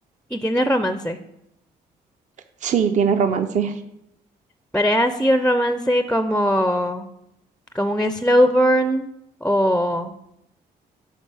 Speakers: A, in the centre; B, on the right.
A: Y tiene romance.
B: Sí, tiene romance.
A: Pero es así un romance como, como un slow burn o